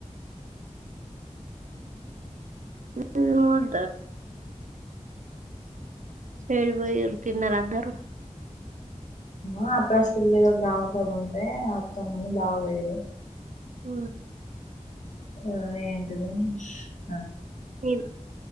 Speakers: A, on the right (about 80°); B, on the left (about 70°).
A: ఇది కొంటా ఏడి బోయిరు తిన్నారా అందరు
B: ఆ అప్రాష్పిల్లి ఏదో గ్రామ సభ ఉంటే అత్తమ్మను బావ వెయ్యిరు
A: ఆ
B: ఆ ఏంటిది ఆ
A: ఏం